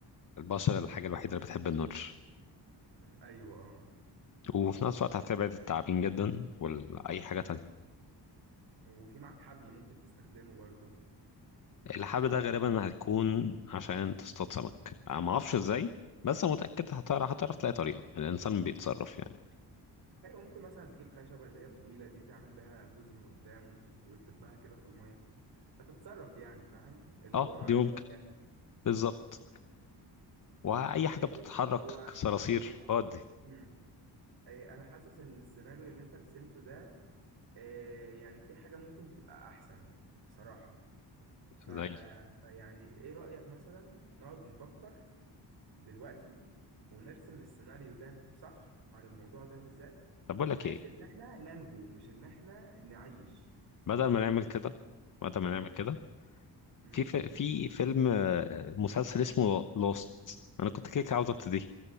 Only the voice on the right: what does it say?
<laughs> ايوه اه
وفي معاك حبل ممكن تستخدمه برضو
ايوه ممكن مثلا تجيب خشبة اللي هي طويلة دي تعمل بيها بوز من قدام و- وتدبها كده في المية هتتصرف يعني فاهم الجوع
الجوع كده
بص هو
هو
امم إيه، انا حاسس ان السيناريو اللي انت رسمته ده آه، يعني في حاجة ممكن تبقى أحسن بصراحة ف...
فيعني إيه رأيك مثلا نقعد نفكر دلوقتي ونرسم السيناريو ده صح عن الموضوع ده بالذات
بحيث
إن إحنا ننجو مش إن إحنا نعيش
و... م-
م-
م.